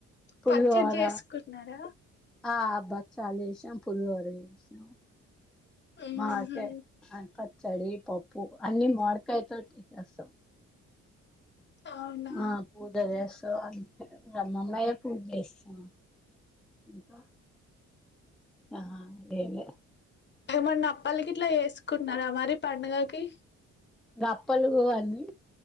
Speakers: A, in the centre; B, on the left (about 35°).
A: పులిహోర
B: పచ్చడి చేసుకున్నారా
A: ఆ బస్ చల్ చేసిన పులిహోర చేసిన
B: ఉహు
A: మార్కే అ ప పచడి పప్పు అన్నీ మామిడి కాయతోనే చేస్తాం
B: అవునా
A: ఆ పూజ చేస్తా మల్లయ్య పూజ చేస్తా <inaudible> ఇంకా ఆహ ఎం లేదే
B: ఏమన్న అప్పలకి గిట్లా చేసుకున్నారా మరి పండుగకి
A: గప్పలు అన్ని